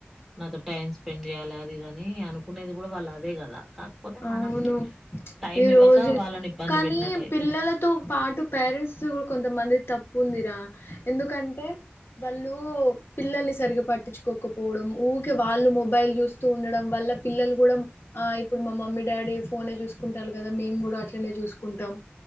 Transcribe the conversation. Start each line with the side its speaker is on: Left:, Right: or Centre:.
Centre: నాతో టైమ్ స్పెండ్ చేయాలి అది ఇది అని అనుకునేది కూడా వాళ్ళ అదే కదా కాకపోతే
Left: అవును
Centre: మనం టైం
Left: ఈ
Centre: ఇవ్వక
Left: రోజు
Centre: వాళ్ళని ఇబ్బంది
Left: కానీ
Centre: పెట్టినట్టు అయితుంది
Left: పిల్లలతో పాటు పేర్ పేరెంట్స్ కూడా కొంతమంది తప్పు ఉందిరా ఎందుకంటే వాళ్ళు పిల్లల్ని సరిగ్గా పట్టించుకోకపోవడం ఊరికే వాళ్ళు మొబైల్ చూస్తూ ఉండడం వల్ల వాళ్ళ పిల్లలు కూడా ఆ ఇప్ ఇప్పుడు మా మమ్మీ డాడీ ఫోనే చూసుకుంటారు కదా మేము కూడా అట్లనే చూసుకుంటాం